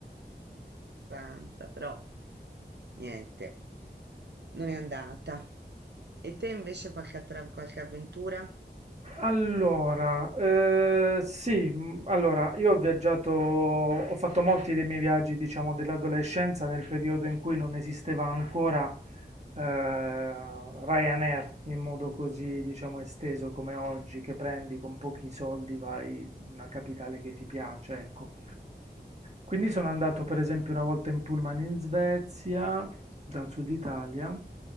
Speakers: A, on the right; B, on the right.
A: abbastanza, però niente, non è andata. E te invece qualche, attra- qualche avventura?
B: Allora, eh, sì, mh, allora io ho viaggiato, ho fatto molti dei miei viaggi, diciamo, dell'adolescenza nel periodo in cui non esisteva ancora eh, Ryanair in modo così, diciamo, esteso come oggi, che prendi con pochi soldi, vai in una capitale che ti piace, ecco. Quindi sono andato per esempio una volta in Pullman in Svezia, dal sud Italia